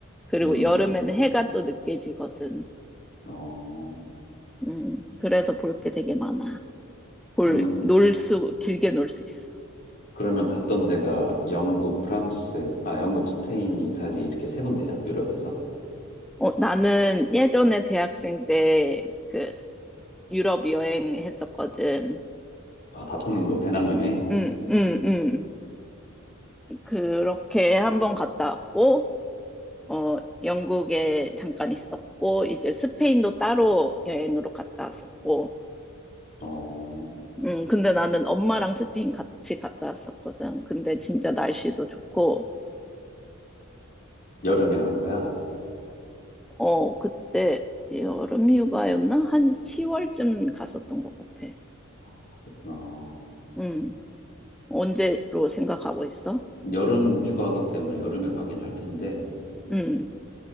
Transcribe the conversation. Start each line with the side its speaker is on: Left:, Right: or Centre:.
Centre: 그리고
Left: 음,
Centre: 여름에는 해가 또 늦게 지거든.
Left: 어,
Centre: 음, 그래서 볼 게 되게 많아. 볼,
Left: 그러면
Centre: 놀 수, 길게 놀 수 있어.
Left: 그러면 갔던 데가 영국, 프랑스, 아 영국, 스페인, 이탈리 이렇게 세 군데야 유럽에서.
Centre: 어, 나는 예전에 대학생 때 그 유럽 여행했었거든.
Left: 아 다 도는 거 배낭여행.
Centre: 응, 응, 응. 그렇게 한번 갔다 왔고, 어, 영국에 잠깐 있었고, 이제 스페인도 따로 여행으로 갔다 왔었고,
Left: 어,
Centre: 음, 근데 나는 엄마랑 스페인 같이 갔다 왔었거든. 근데 진짜 날씨도 좋고,
Left: 여름에 간 거야.
Centre: 어, 그때 여름 휴가였나? 한 10월쯤 갔었던 것 같아.
Left: 어, 그렇구나.
Centre: 음, 언제로 생각하고 있어?
Left: 여름 휴가기 때문에 여름에 가긴 할 텐데,
Centre: 음,